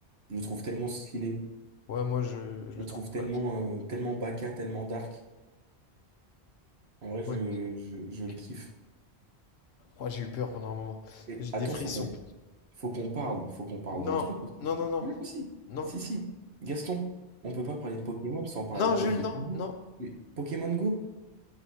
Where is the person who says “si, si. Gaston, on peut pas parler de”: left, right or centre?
Right